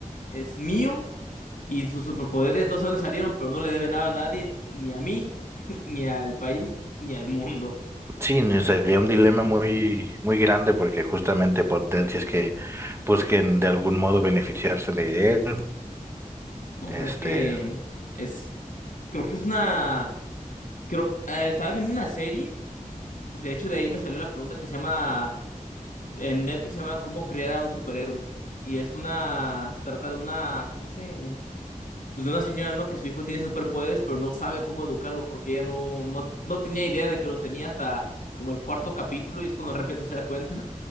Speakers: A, on the left; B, on the right.
A: es mío y sus superpoderes no sé dónde salieron, pero no le debe nada a nadie, ni a mí, <laughs> ni al país, ni al mundo.
B: sí, no, sería un dilema muy, muy grande porque justamente potencias que busquen de algún modo beneficiarse de él,
A: No,
B: este,
A: es que es, creo que es una, creo, eh, estaba viendo una serie, de hecho de ahí me salió la pregunta que se llama, en Netflix se llama ¿Cómo crear a un superhéroe? Y es una, se trata de una, ¿cómo se dice? Pues de una señora, ¿no? Que su hijo tiene superpoderes, pero no sabe cómo educarlo porque ella no, no, no tenía idea de que los tenía hasta como el cuarto capítulo y es cuando de repente se da cuenta.